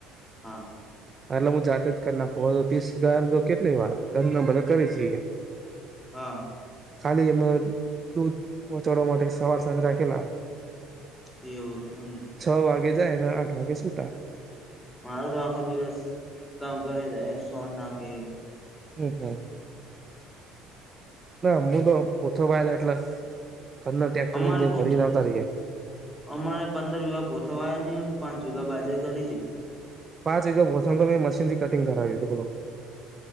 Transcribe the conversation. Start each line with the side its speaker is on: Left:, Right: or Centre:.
Centre: હા
Right: એટલે હું જાતે જ કરી નાખું હવે તો ત્રીસ ગન કેટલી વાર કરી ઘરના બધા કરિયે છીયે
Centre: હા
Right: ખાલી એમ દૂધ પહોંચાડવા માટે એક સવાર સાંજ રાખેલા
Centre: <unintelligible> છે એમને
Right: છ વાગે જાયને આઠ વાગે સુટા
Centre: મારો તો આખો દિવસ કામ કરે છે સોન નાખી
Right: હમ હમ ના મું તો ઓછો <unintelligible> એટલે ઘરના ટેકટર
Centre: અમારે
Right: લયન જાયન
Centre: પોતે
Right: આવતા રયે
Centre: અમારે પંદર વીઘા પોછાવાયા છે પાંચ વીઘા બાજરી દરી છી
Right: પાંચ વગ્યા <unintelligible> તો મેં મશીનથી કટિંગ કરાવીયું હતું બોલો